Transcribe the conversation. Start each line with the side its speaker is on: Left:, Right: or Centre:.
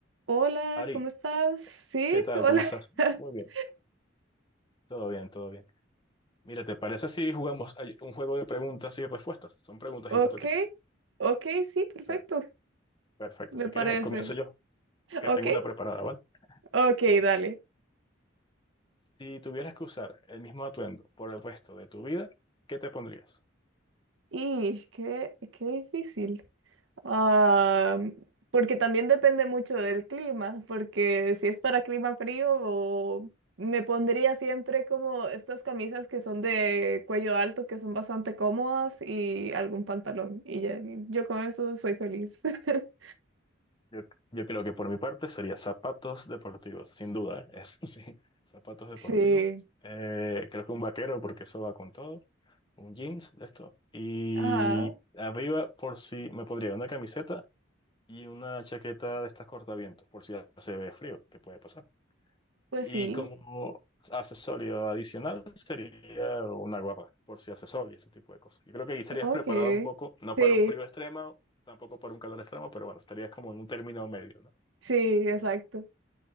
Right: Hola,
Left: Ari,
Right: ¿cómo estás? Sí,
Left: ¿qué tal?
Right: hola.
Left: ¿Cómo estás?
Right: <laughs>
Left: Muy bien, todo bien, todo bien. Mira, ¿te parece si jugamos a- un juego de preguntas y respuestas? Son preguntas
Right: Ok,
Left: hipotéticas.
Right: ok, sí, perfecto,
Left: Per- perfecto,
Right: me
Left: si
Right: parece.
Left: quieres, eh, comienzo yo, que
Right: Ok,
Left: tengo una preparada, ¿vale?
Right: ok,
Left: Vale.
Right: dale.
Left: Si tuvieras que usar el mismo atuendo por el resto de tu vida, ¿qué te pondrías?
Right: Y qué, qué difícil. Ah, porque también depende mucho del clima, porque si es para clima frío, o me pondría siempre como estas camisas que son de cuello alto, que son bastante cómodas, y algún pantalón. Y ya, yo con eso soy feliz. <laughs>
Left: Yo, yo creo que por mi parte sería zapatos deportivos, sin duda, ¿eh? Eso <laughs> sí, zapatos deportivos.
Right: Sí,
Left: Eh, creo que un vaquero, porque eso va con todo. Un jeans, de esto. Y
Right: ajá,
Left: arriba, por si me pondría una camiseta y una chaqueta de estas cortavientos, por si hace ve frío, que puede pasar.
Right: pues
Left: Y
Right: sí.
Left: como accesorio adicional sería una guapa, por si hace sol y ese tipo de cosas. Yo creo que ahí estarías
Right: Ok,
Left: preparado un poco, no
Right: sí,
Left: para un frío extremo, tampoco para un calor extremo, pero bueno, estarías como en un término medio, ¿no?
Right: sí, exacto.
Left: <laughs>